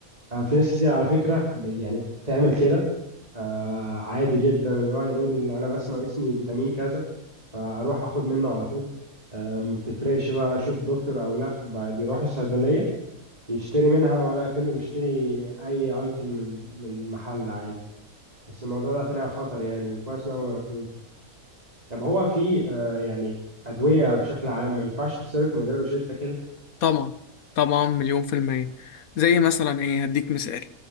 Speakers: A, on the right; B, on the left.
A: آه، في ناس كتير على فكرة ب- يعني بتعمل كده آه، عادي جدا اللي هو يقول أنا بس ناقصني فيتامين كذا فأروح أخد منه على طول آه، ما بتفرقش بقى أشوف دكتور أو لأ ب- بيروح الصيدلية يشتري منها ولا كأنه بيشتري أي أيتم من من محل عادي بس الموضوع ده طلع خطر يعني كويس إن أنا ما جربتوش طب هو في آه يعني أدوية بشكل عام ما ينفعش تتصرف من غير روشتة كده؟
B: طبعا طبعا مليون في المية زي مثلا ايه هديك مثال